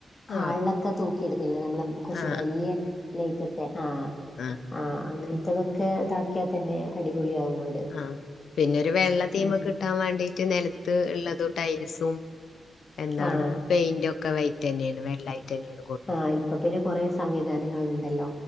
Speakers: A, on the left (about 25°); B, on the left (about 85°).
A: ഹാൾലെക്കെ
B: ആ
A: തൂക്കിയിട്തില്ലേ നമ്മളെ കാെറച്ച്
B: ആ
A: വല്യെ ലൈറ്റെക്കെ ആഹ്
B: ആഹ്
A: ആഹ് അങ്ങൻത്തതൊക്കെ താക്കിയാ തന്നെ അടിപൊളിയാവും വീട്
B: ആഹ് പിന്നാെര് വെള്ള തീമാെക്കെ
A: ഉം
B: കിട്ടാൻ വാണ്ടി റ്റ് നെലത്ത് ഇള്ളതും ടൈൽസും എന്താണ്
A: ആ
B: പെെന്റാെക്കവൈറ്റ് റ്റെന്നെെന് വെള്ളായിട്ടെന്നേണ്
A: ആഹ് ഇപ്പൊ പിന്നെ കൊറേ സംവിധാനങ്ങള് ഇണ്ടല്ലോ